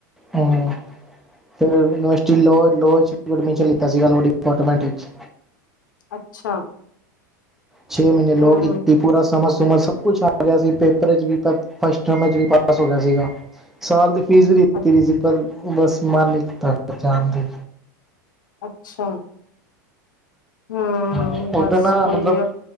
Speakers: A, in the centre; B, on the left.
A: ਹੂੰ। ਫੇਰ ਯੂਨੀਵਰਸਿਟੀ ਲੋਅ ਲੋਅ ਵਿੱਚ ਐਡਮਿਸ਼ਨ ਲਿੱਤਾ ਸੀ ਲੋਅ ਡੀਪਾਰਟਮੈਂਟ ਵਿੱਚ।
B: ਅੱਛਾ।
A: ਛੇ ਮਹੀਨੇ ਲੋਅ
B: ਹੂੰ
A: ਕੀਤੀ ਪੂਰਾ ਸਮਝ ਸੂਮਝ ਸਭ ਕੁਛ ਛੱਡ ਆਇਆ ਸੀ ਪੇਪਰ ਵਿੱਚ ਵੀ ਮੈਂ ਫਸਟ ਨੰਬਰ ਵਿਚ ਪਾਸ ਹੋ ਗਿਆ ਸੀਗਾ ਸਾਲ ਦੀ ਫੀਸ ਵੀ ਦਿੱਤੀ
B: ਅ-
A: ਗਈ ਸੀ ਭਰਨ ਨੂਂ ਉਹ ਬਸ ਮਨ ਨੀ ਕੀਤਾ ਜਾਣ ਤੇ।
B: ਅੱਛਾ। ਹੂੰ
A: ਹਾਂ ਓਦਾ
B: ਬਸ
A: ਨਾ
B: ਕੋਈ
A: ਮਤਲਬ